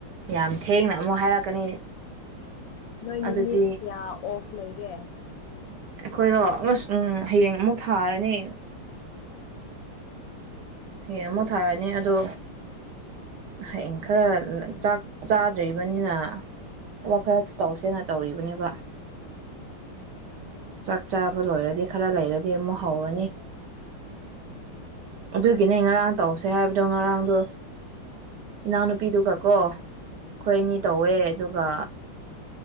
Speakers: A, on the right; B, on the left.
A: ꯌꯥꯝ ꯊꯦꯡꯅ ꯑꯃꯨꯛ ꯍꯥꯏꯔꯛꯀꯅꯤ
B: ꯅꯣꯏ
A: ꯑꯗꯨꯗꯤ
B: ꯅꯨꯃꯤꯠ ꯀꯌꯥ ꯑꯣꯐ ꯂꯩꯒꯦ
A: ꯑꯩꯈꯣꯏꯔꯣ ꯑꯃꯨ ꯎ ꯍꯌꯦꯡ ꯑꯃꯨꯛ ꯊꯥꯔꯅꯤ ꯍꯌꯦꯡ ꯑꯃꯨꯛ ꯊꯥꯔꯅꯤ ꯑꯗꯣ ꯍꯌꯦꯡ ꯈꯔ ꯆꯥꯛ ꯆꯥꯗ꯭ꯔꯤꯕꯅꯤꯅ ꯊꯕꯛ ꯈꯔꯁꯨ ꯇꯧꯁꯦꯅ ꯇꯧꯔꯤꯕꯅꯦꯕ ꯆꯥꯛ ꯆꯥꯕ ꯂꯣꯏꯔꯗꯤ ꯈꯔ ꯂꯩꯔꯗꯤ ꯑꯃꯨꯛ ꯍꯧꯔꯅꯤ ꯑꯗꯨꯒꯤꯅꯦ ꯉꯔꯥꯡ ꯇꯧꯁꯦ ꯍꯥꯏꯕꯗꯣ ꯉꯔꯥꯡꯗꯣ ꯏꯅꯥꯎꯅꯨꯄꯤꯗꯨꯒ ꯀ ꯑꯩꯈꯣꯏꯅꯤ ꯇꯧꯋꯦ ꯑꯗꯨꯒ